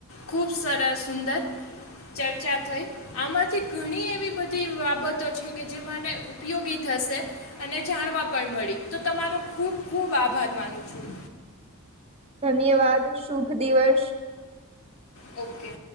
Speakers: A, on the left (about 65°); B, on the right (about 25°).
A: ખૂબ સરસ સુંદર ચર્ચા થઈ આમાંથી ઘણી એવી બધી બાબતો છે, કે જે મને ઉપયોગી થશે અને જાણવા પણ મળી તો તમારો ખૂબ ખૂબ આભાર માનું છું.
B: ધન્યવાદ, શુભ દિવસ.
A: ઓકે.